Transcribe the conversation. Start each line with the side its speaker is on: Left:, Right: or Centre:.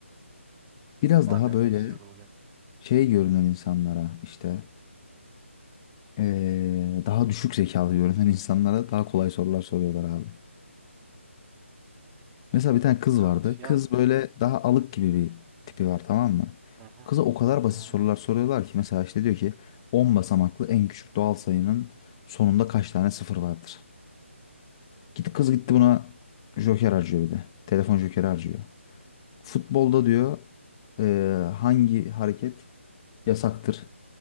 Left: Biraz
Right: Annem
Left: daha böyle
Right: de izliyordu bugün.
Left: şey görünen insanlara işte eee, daha düşük zekalı görünen insanlara daha kolay sorular soruyorlar abi. Mesela bir tane kız
Right: Evet
Left: vardı.
Right: ya.
Left: Kız böyle daha alık gibi bir tipi var tamam mı?
Right: Hı hı.
Left: Kıza o kadar basit
Right: Hı hı.
Left: sorular soruyorlar ki mesela işte diyor ki 10 basamaklı en küçük doğal sayının sonunda kaç tane sıfır vardır? Git kız gitti buna joker harcıyor bir de. Telefon jokeri harcıyor. Futbolda diyor eee, hangi hareket yasaktır?